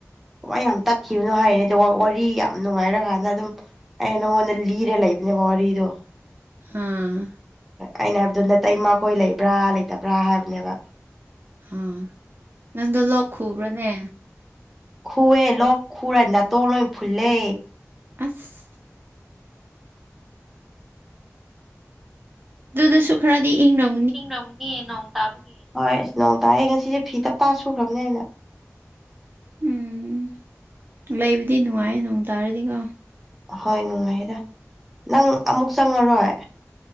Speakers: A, in the centre; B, on the right.
A: ꯀꯃꯥꯏꯅ ꯌꯥꯝ ꯇꯠꯈꯤꯕꯅꯣ ꯍꯥꯏꯔꯤꯅꯤ ꯑꯗꯣ ꯋꯥꯔꯤ ꯌꯥꯝ ꯅꯨꯡꯉꯥꯏꯔꯀꯥꯟꯗ ꯑꯗꯨꯝ ꯑꯩꯅ ꯅꯪꯉꯣꯟꯗ ꯂꯤꯔꯥ ꯂꯩꯕꯅꯦꯕꯥ ꯋꯥꯔꯤꯗꯣ
B: ꯑꯥ
A: ꯑꯩꯅ ꯍꯥꯏꯕꯗꯣ ꯅꯥꯇꯩꯃꯥ ꯈꯣꯏ ꯂꯩꯕ꯭ꯔꯥ ꯂꯩꯇꯕ꯭ꯔꯥ ꯍꯥꯏꯕꯅꯦꯕ
B: ꯑꯥ ꯅꯪꯗꯣ ꯂꯣꯛꯈꯨꯕ꯭ꯔꯅꯦ
A: ꯈꯨꯋꯦ ꯂꯣꯛ ꯈꯨꯔꯥ ꯅꯇꯣꯟ ꯂꯣꯏ ꯐꯨꯨꯜꯂꯦ
B: ꯑꯁ ꯑꯗꯨꯗꯁꯨ ꯈꯔꯗꯤ ꯏꯪꯔꯧ
A: ꯏꯪꯂꯝꯒꯅꯤ ꯅꯣꯡ ꯇꯥꯕꯒꯤ ꯍꯣꯏ ꯑꯁ ꯅꯣꯡ ꯇꯥꯑꯦ ꯉꯁꯤꯁꯦ ꯐꯤ ꯇꯞꯇꯥꯥ ꯁꯨꯈ꯭ꯔꯕꯅꯦ ꯑꯩꯅ
B: ꯎꯝ ꯂꯩꯕꯗꯤ ꯅꯨꯡꯉꯥꯏ ꯅꯣꯡ ꯇꯥꯔꯗꯤꯀꯣ
A: ꯍꯣꯏ ꯅꯨꯡꯉꯥꯏꯌꯦꯗ ꯅꯪ ꯑꯃꯨꯛ ꯆꯪꯉꯔꯣꯏ